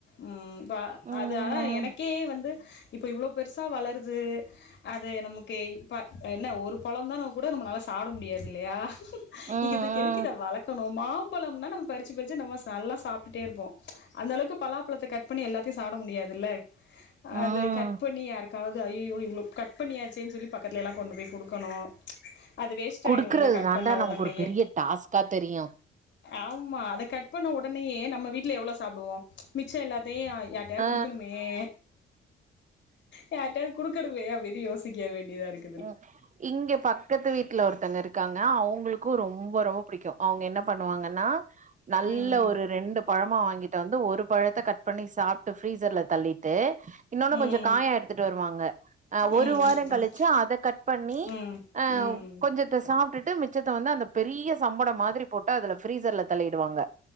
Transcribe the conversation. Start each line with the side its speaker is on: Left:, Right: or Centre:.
Left: ம் வா
Right: ம்
Left: அது ஆனா எனக்கே வந்து இப்போ இவ்ளோ பெருசா வளருது அது நமக்கு இப்ப என்ன ஒரு பழம் தான கூட நம்ம நாலா சாப்ட முடியாது இல்லையா
Right: ம் ம்
Left: இதுக்கு எதுக்கு இத வளக் கணு மாம்பழம்னா நம்ம பறிச்சி பறிச்சி நம்ம நல்லா சாப்ட்டுட்டே இருப்போ அந்த அளவுக்கு பலாப் பழத்த கட் பண்ணி எல்லாத்தையு சாப்ட முடியாதுல்ல
Right: ம்
Left: அத கட்
Right: ம்
Left: பண்ணி யாருக் காவது அய்யய்யோ இவ்ளோ கட் பண்ணியாச்சேன்னு சொல்லி பக்கத்துலல்லா கொண்டு போய் குடுக்கணு அது வேஸ்ட்
Right: குடுக்கறது
Left: ஆயிருல்ல கட்
Right: தாண்டா
Left: பண்ண
Right: நமக்கு
Left: உடனேயே
Right: ஒரு பெரிய டாஸ்கா தெரியு
Left: ஆமா அத கட் பண்ண உடனேயே நம்ம வீட்ல எவ்ளோ சாப்டுவோ மிச்சோ எல்லாத்தையு யார்ட்டயாது
Right: ஆ
Left: குடுக்கணுமே ஏ யார்ட்டயாவது குடுக்கணுமே அப்டின்னு யோசிக்க வேண்டியதா இருக்கு
Right: ம் இங்க பக்கத்து வீட் ல ஒருத்தங்க இருக்காங்க அவுங்களுக்கு ரொம்ப ரொம்ப பிடிக்கு அவுங்க என்ன பண்ணுவாங்கன்னா நல்ல
Left: ம்
Right: ஒரு ரெண்டு பழமா வாங்கிட்டு வந்து ஒரு பழத்தை கட் பண்ணி சாப்ட்டு ஃப்ரீசர்ல தள்ளிட்டு இன்னொன்னு
Left: ம்
Right: கொஞ்சோ காயா எடுத்துட்டு வருவாங்க ஆ ஒரு
Left: ம் ம் ம்
Right: வாரோ கழிச்சி அத கட் பண்ணி
Left: ம் ம்
Right: அ கொஞ்சத்த சாப்ட்டுட்டு மிச்சத்த வந்து அந்த பெரிய சம்படம் மாதிரி போட்டு அதுல ஃப்ரீசர்ல தள்ளிடுவாங்க